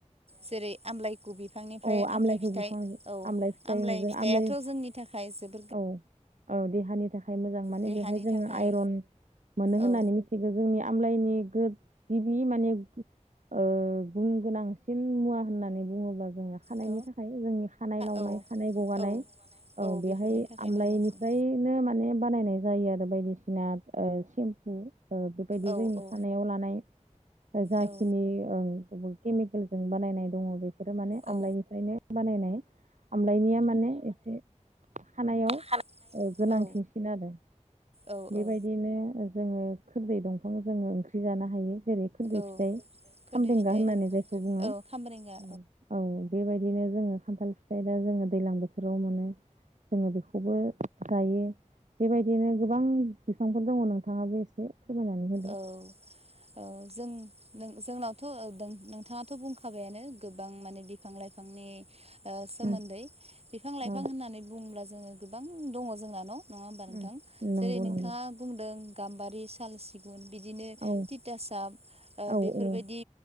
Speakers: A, on the right (about 55°); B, on the right (about 80°).
A: जेरै आमलायकु बिफांनिफ्राय
B: औ आमलाइखौ
A: आमलाइ फिथाइ
B: बिफां
A: औ
B: आमलाइ फिथाइ
A: आमलाय
B: जों
A: फिथाइआथ'
B: आमलाइ
A: जोंनि थाखाय जो
B: औ औ देहानि थाखाय मोजां माने
A: देहानि
B: बेवहाय जोंङो
A: थाखाय
B: आइरन मोनो
A: औ
B: होननानै मि थिगो जोंनि आमलायनि गिबि माने ओ गुन गोनांसिन मुवा होननानै बुङोबा जोंङो खानायनि
A: थ'
B: थाखाय जोंनि खानाय लावनाय
A: औ
B: खानाय गगानाय
A: औ
B: औ बेहाय
A: बेफोरनि थाखाय
B: आमलायनिफ्रायनो
A: मोजांसिन
B: माने बानायनाय जायो आरो बायदिसिना सेम्पु बेबायदि
A: औ
B: जोंनि
A: औ
B: खानायाव लानाय जाखिनि
A: औ
B: केमिकेलजों बानायनाय दङ बेफोरो माने
A: औ
B: आमलाइनिफ्रायनो बानायनाय आमलायनिया माने एसे खानायाव
A: खाना
B: गोनांथिसिन
A: औ
B: आरो
A: औ
B: बेबायदिनो
A: औ
B: जोंङो खोदै दंफां जोंङो ओंख्रि जानो हायो जेरै खोदै
A: औ
B: फिथाइ
A: खोरदै
B: खामदेंगा
A: फिथाइ
B: होननानै जायखौ बुङो।
A: औ
B: औ
A: खामब्रेंगा
B: बेबायदिनो जोंङो खान्थाल फिथाइ दा जोंङो दैज्लां बोथोराव मोनो। जोंङो बेखौबो जायो बेबायदिनो गोबां बिफांफोर दङ नोंथाङाबो एसे फोरमायनानै होदो
A: औ औ जों-जोंनावथ' नोंथाङाथ' बुंखाबायानो गोबां माने बिफां लाइफांनि ओ सोमोन्दै
B: उम
A: बिफां लाइफां
B: औ
A: होननानै बुङोब्ला जोंङो गोबां दङ जोंनान' नङा होमबा नोंथां
B: उम
A: जेरै
B: नंगौ
A: नोंथाङा
B: नंगौ
A: बुंदों गाम्बारि साल सि गुन बिदिनो
B: औ
A: तिता साब ओ
B: औ
A: बेफोरबादि
B: औ